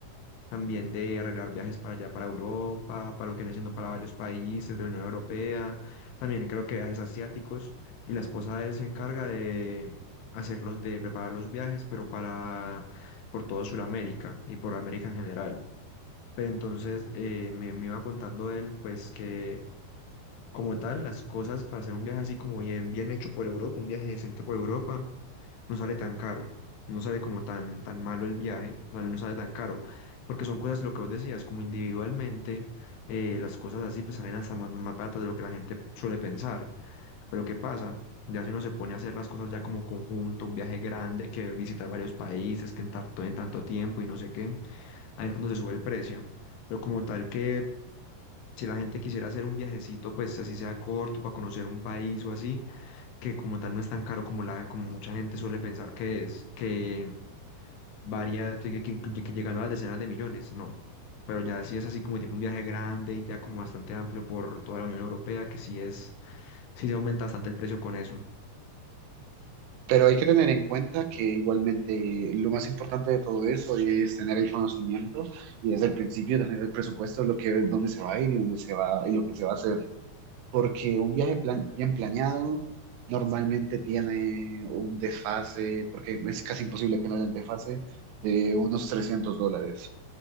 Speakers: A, on the left; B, on the right.
A: también de arreglar viajes para allá, para Europa, para lo que viene siendo para varios países de la Unión Europea, también creo que viajes asiáticos, y la esposa de él se encarga de hacerlos, de preparar los viajes, pero para, por todo Sudamérica y por América en general. Pero entonces eh, me, me iba contando él, pues que como tal, las cosas para hacer un viaje así como bien, bien hecho por Europa, un viaje decente por Europa, no sale tan caro, no sale como tan, tan malo el viaje, o sea, no sale tan caro, porque son cosas, lo que vos decías, como individualmente, eh, las cosas así pues salen hasta más, más baratas de lo que la gente suele pensar. Pero ¿qué pasa? Ya si uno se pone a hacer las cosas ya como conjunto, un viaje grande, que visitar varios países, que en tanto, en tanto tiempo y no sé qué, ahí es cuando se sube el precio. Pero como tal que si la gente quisiera hacer un viajecito, pues así sea corto, para conocer un país o así, que como tal no es tan caro como, la, como mucha gente suele pensar que es, que varía, que, que, que incluye- que llegando a las decenas de millones, no. Pero ya sí es así como tipo un viaje grande y ya como bastante amplio por toda la Unión Europea, que sí es, sí se aumenta bastante el precio con eso.
B: Pero hay que tener en cuenta que igualmente lo más importante de todo eso es tener el conocimiento y desde el principio tener el presupuesto de lo que, dónde se va a ir y dónde se va y lo que se va a hacer. Porque un viaje plan- bien planeado normalmente tiene un desfase, porque es casi imposible que no haya un desfase, de unos 300 dólares.